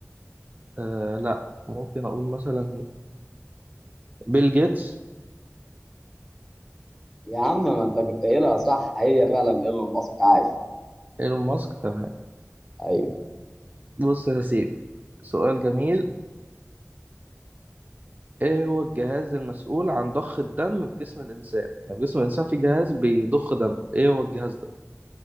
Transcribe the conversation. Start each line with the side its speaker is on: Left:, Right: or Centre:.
Right: آه، لا ممكن أقول مثلا بيل جيتس
Centre: يا عم ما أنت كنت قايلها صح هي فعلا إيلون ماسك عايش
Right: إيلون ماسك تمام
Centre: أيوه
Right: بص يا سيدي سؤال جميل إيه هو الجهاز المسؤول عن ضخ الدم في جسم الإنسان يعني في جسم الإنسان في جهاز بيضخ دم إيه هو الجهاز ده